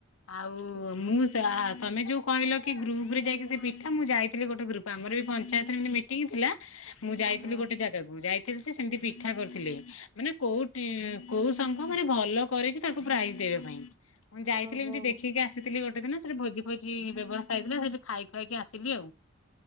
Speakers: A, on the left (about 70°); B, on the right (about 30°).
A: ଆଉ
B: ଓହୋ
A: ମୁଁ ତା ତମେ ଯୋଉ କହିଲ କି ଗ୍ରୁପ ରେ ଯାଇକି ସେ ପିଠା ମୁଁ ଯାଇଥିଲି ଗୋଟେ ଗ୍ରୁପ ଆମର ବି ପଞ୍ଚାୟତରେ ଏମତି ମିଟିଂ ଥିଲା ମୁଁ ଯାଇଥିଲି
B: ହଁ
A: ଗୋଟେ ଜାଗାକୁ ଯାଇଥିଲି ଥିଲି ଯେ ସେମିତି ପିଠା କରିଥିଲେ ମାନେ କୋଉଠି କୋଉ ସଙ୍ଘ ମାନେ ଭଲ କରଛି ତାକୁ ପ୍ରାଇଜ ଦେବା ପାଇଁ ମୁଁ ଯାଇଥିଲି
B: ଓହୋ
A: ଏମିତି ଦେଖିକି ଆସିଥିଲି ଗୋଟେ ଗୋଟେ ଦିନ ସେଠି ଭୋଜି ଭୋଜି ବ୍ୟବସ୍ଥା ହେଇଥିଲା ସେଠି ଖାଇ ଖୁଆକି ଆସିଲି ଆଉ